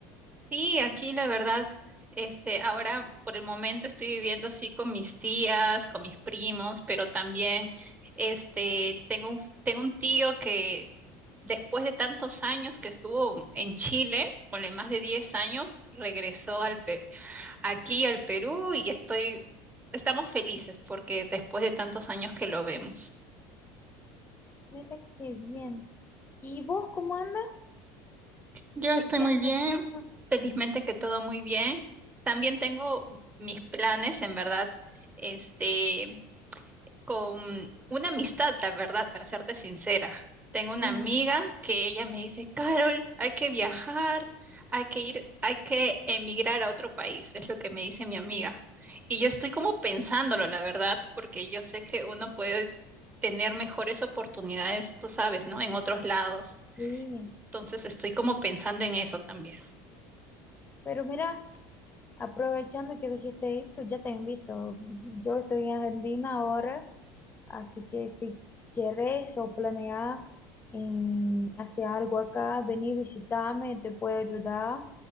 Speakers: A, on the right; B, on the left.
A: Sí, aquí la verdad, este, ahora por el momento estoy viviendo así con mis tías, con mis primos, pero también, este, tengo un, tengo un tío que después de tantos años que estuvo en Chile, ponle más de 10 años, regresó al Pe- aquí al Perú y estoy, estamos felices porque después de tantos años que lo vemos.
B: Mira qué bien. ¿Y vos cómo andas?
A: Yo
B: ¿Qué,
A: estoy
B: qué
A: muy
B: andas
A: bien.
B: haciendo?
A: Felizmente que todo muy bien. También tengo mis planes, en verdad. Este, con una amistad, la verdad, para serte sincera. Tengo una
B: Ujú,
A: amiga que ella me dice, Carol, hay que viajar, hay que ir, hay que emigrar a otro país, es lo que me dice mi amiga. Y yo estoy como pensándolo, la verdad, porque yo sé que uno puede tener mejores oportunidades, tú sabes, ¿no? En otros lados.
B: sí.
A: Entonces estoy como pensando en eso también.
B: Pero mira, aprovechando que dijiste eso, ya te invito. Yo estoy en Argentina ahora, así que si quieres o planeas em, hacer algo acá, vení, visitarme, te puedo ayudar.